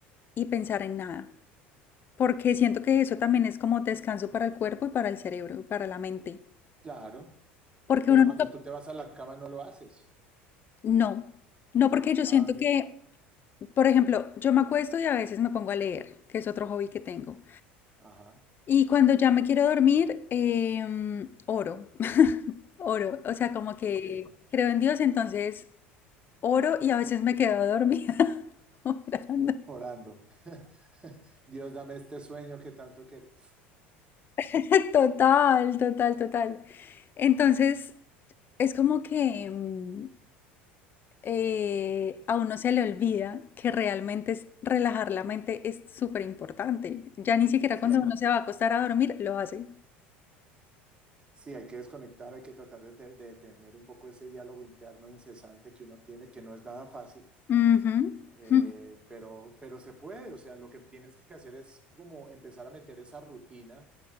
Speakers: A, on the left; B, on the right.
A: y pensar en nada. Porque siento que eso también es como descanso para el cuerpo y para el cerebro y para la mente.
B: Claro,
A: Porque
B: pero
A: uno
B: cuando
A: nunca,
B: tú te vas a la cama no lo haces.
A: no, no porque yo
B: Ah,
A: siento que, por ejemplo, yo me acuesto y a veces me pongo a leer, que es otro hobby que tengo.
B: ajá,
A: Y cuando ya me quiero dormir, em, oro, <laughs> oro, o sea, como que
B: ok,
A: creo en Dios, entonces oro y a veces me quedo dormida <laughs> orando.
B: orando. <laughs> Dios, dame este sueño que tanto que...
A: <laughs> Total, total, total. Entonces, es como que, mm, eh, a uno se le olvida que realmente es, relajar la mente es súper importante. Ya ni siquiera
B: Sí,
A: cuando
B: hay,
A: uno se va a acostar a dormir lo hace.
B: sí, hay que desconectar, hay que tratar de, te- de tener un poco ese diálogo interno incesante que uno tiene, que no es nada fácil,
A: Ujú,
B: Eh,
A: ujú,
B: pero, pero se puede, o sea, lo que tienes que hacer es como empezar a meter esa rutina.